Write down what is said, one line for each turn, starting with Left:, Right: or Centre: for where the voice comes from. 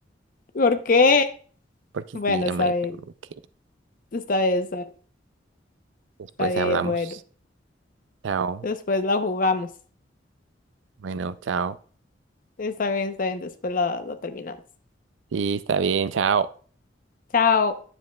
Left: ¿Por qué?
Right: porque
Left: Bueno,
Right: sí, ya
Left: está
Right: me
Left: bien,
Right: tengo que ir.
Left: está bien, está bien,
Right: Después
Left: está bien,
Right: hablamos.
Left: bueno.
Right: Chao.
Left: Después la jugamos.
Right: Bueno, chao.
Left: Está bien, está bien, después la, la terminamos.
Right: Sí, está bien, chao.
Left: Chao.